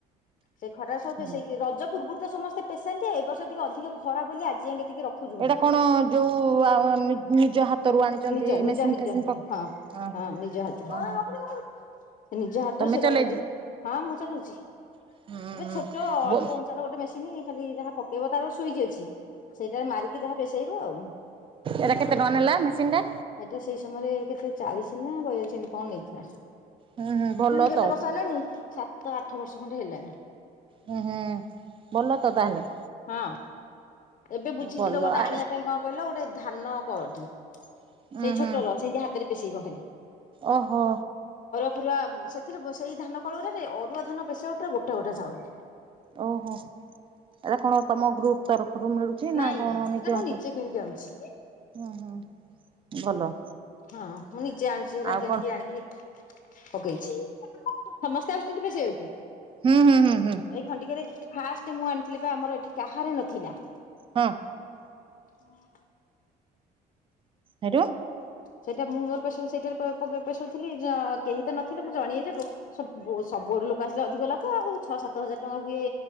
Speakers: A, on the left; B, on the right.
A: ସେ ଖରାରେ ସବୁ
B: ହେଇଥିଲା।
A: ପେସେଇକି ରଜ ପୂର୍ବରୁ ତ ସମସ୍ତେ ପେସାନ୍ତି ଏ ବର୍ଷ ଟିକେ ଅଧିକ ଖରା ବୋଲି ଆଜି ଆଙ୍କେ ଟିକେ ରଖୁଛନ୍ତି।
B: ଏଇଟା କଣ ଯୋଉ ଆ ନିଜ ହାତରୁ ଆଣିଛନ୍ତି
A: ନିଜ ନିଜ
B: ମେସିନ
A: ନିଜ
B: ଫେସିନ
A: ହାତରୁ
B: ପ
A: ହଁ
B: ଓହୋ
A: ହଁ ନିଜ ହାତରୁ
B: ଓହୋ
A: ନିଜ ହାତ <unintelligible>
B: ତମେ ଚଲେଇ
A: ମୁଁ ଚାଲୁଛି।
B: ହୁଁ
A: ଏଟା
B: ହୁଁ
A: ଛୋଟ ଅଳ୍ପ
B: ବୋ
A: ଉଞ୍ଚା ର ଗୋଟେ ମେସିନ ଖାଲି ଯାହା ପକେଇବ ତାର ଗୋଟ ସୁଇଚ ଅଛି। ସେଇଟାରେ ମାରିକି ଯାହା ପେଶେଇବ ଆଉ।
B: ଏରା କେତେ ଟଙ୍କା? ନେଲା ମେସିନ ଟା
A: ଏଟା ସେଇ ସମୟରେ କେତେ ଚାଳିଶ ନା ବୟାଳିସ ଏନ୍ତି କଣ ନେ।
B: ହୁଁ ହୁଁ ଭଲ।
A: କେତେ
B: ତ
A: ବର୍ଷ ହେଲାଣି? ସାତ ଆଠ ବର୍ଷ ଖଣ୍ଡେ ହେଲାଣି।
B: ହୁଁ ହୁଁ ଭଲ ତ ତାହାଲେ।
A: ହଁ ଏବେ ବୁଝିଚି
B: ଭଲ
A: ତ ଗୋଟେ
B: ଆ
A: ଆଣିବା ପାଇଁ କଣ କହିଲ ଗୋଟେ ଧାନ କଳଟିଏ।
B: ଉୁଁ
A: ସେଇ
B: ହୁଁ
A: ଛୋଟର ସେମିତି ହାତରେ ପେଷେଇବ ଖାଲି।
B: ଓହୋ।
A: ଫୁରୁଆ ସେଥିରେ ବ ସେଇ ଧାନ କଳ ଗୁରାରେ ଅରୁଆ ଧାନ ପେସେଇବ ପୁରା ଗୋଟା ଗୋଟା ଚାଉଳ।
B: ଓହୋ ଏରା କଣ ତମ ଗ୍ରୁପ ତରଫରୁ ମିଳୁଛି ନା
A: ନାଇଁ
B: କଣ
A: ନାଇଁ ସେଟା
B: ନିଜ
A: ମୁଁ
B: ହାତ?
A: ନିଜେ କିଣିକି ଆଣୁଛି
B: ହୁ ହୋ। ଭଲ।
A: ହଁ ମୁଁ ନିଜେ ଆଣୁଛି ହେରା
B: ଆଉ
A: କିଣିକି
B: କଣ
A: ଆଣିକି ପକେଇଛି। ସମସ୍ତେ ଆସୁଛନ୍ତି ପେସେଇବାକୁ?
B: ହୁଁ ହୁଁ ହୁଁ ହୁଁ।
A: ଏଇ ଖଣ୍ଡିକରେ ଫାଷ୍ଟ ମୁଁ ଆଣିଥିଲି ବା ଆମର ଏଠି କାହାର ନଥିଲା।
B: ହଁ।
A: ହୁଁ
B: ହେଟୁ?
A: ସେଇଟା ମୁଁ ମୋର ପେଶୋଊ ପେଶଥିଲି କେହି ତ ନଥିଲେ ମୁଁ ଜଣେଇ ସବୁ ସବୁଆଡୁ ଲୋକ ଆସିଲେ ଅଧିକ ଲାଭ ଆଉ। ଛଅ ସାତ ହଜାର ଟଙ୍କା ହୁଏ